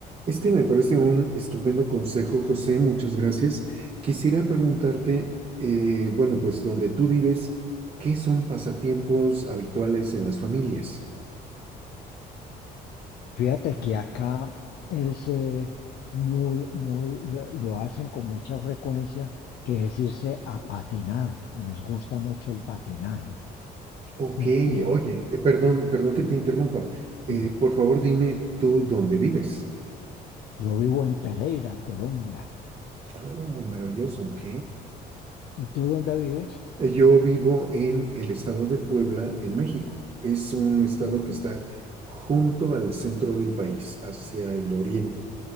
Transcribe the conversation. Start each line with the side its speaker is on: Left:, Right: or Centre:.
Right: Este me parece un estupendo consejo, José, muchas gracias. Quisiera preguntarte, eh, bueno, pues donde tú vives, ¿qué son pasatiempos habituales en las familias?
Left: Fíjate que acá es eh, muy, muy, lo lo hacen con mucha frecuencia, que es irse a patinar, les gusta mucho el patinaje.
Right: Ok,
Left: En- Y,
Right: oye, eh, perdón, perdón que te interrumpa.
Left: sí,
Right: Eh, por favor, dime tú dónde vives.
Left: yo vivo en Pereira, Colombia.
Right: Oh, maravilloso, ok.
Left: ¿Y tú dónde vives?
Right: Eh, Yo vivo en el estado de Puebla, en México. Es un estado que está junto al centro del país, hacia el oriente,